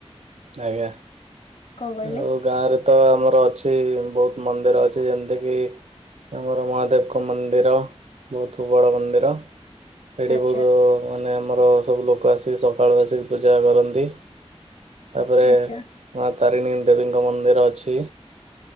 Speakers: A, on the right; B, on the left.
A: ଆଜ୍ଞା।
B: କଣ କହିଲେ?
A: ଆଉ ଗାଁରେ ତ ଆମର ଅଛି ବହୁତ ମନ୍ଦିର ଅଛି। ଯେମିତି କିି ଆମର ମହାଦେବଙ୍କ ମନ୍ଦିର ବହୁତ ବଡ଼ ମନ୍ଦିର। ଏଇଠି
B: ଆଚ୍ଛା
A: ବହୁତ ମାନେ ଆମର ସବୁ ଲୋକ ଆସିକି ସକାଳୁ ଆସିକି ପୂଜା କରନ୍ତି। ତାପରେ
B: ଆଚ୍ଛା
A: ମା ତାରିଣୀ ଦେବୀଙ୍କ ମନ୍ଦିର ଅଛି।